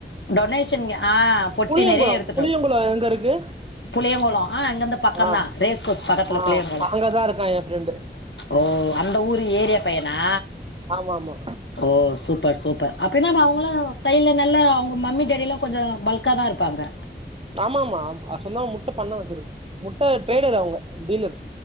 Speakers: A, on the left; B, on the right.
A: டொனேஷன்ங்க ஆ பொட்டி
B: புளியங்குளம்
A: நிறைய எடுத்துட்டோம்
B: புளியங்குளோம் எங்க இருக்கு
A: புளியங்குளம் ஆ இங்கந்து பக்கம்
B: ஆ
A: தான் ரேஸ்கோர்ஸ் பக்கத்துல
B: ஆ
A: புளியங்குளம்
B: அங்கதான் இருக்கான் என் ஃப்ரெண்டு
A: ஓ அந்த ஊர் ஏரியா பையனா
B: ஆமா ஆமா
A: ஓ சூப்பர் சூப்பர் அப்டின்னா அவங்களாம் சைடில நல்லா அவங்க மம்மி டேடெிலாம் கொஞ்சம் பல்க்கா தா இருப்பாங்க
B: ஆமா ஆமா சொன்ன முட்ட பண்ண வச்சிருக்கு முட்ட ட்ரேடர் அவங்க டீலர்